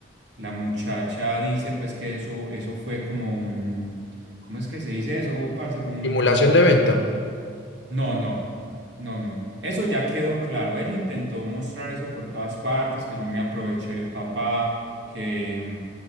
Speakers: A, on the right; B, on the left.
A: la muchacha dice pues que eso, eso fue como un, ¿cómo es que se dice eso, parce? Un
B: Simulación de venta.
A: no, no, no, no. Eso ya quedó claro. Ella intentó mostrar eso por todas partes, que yo me aproveché del papá, que,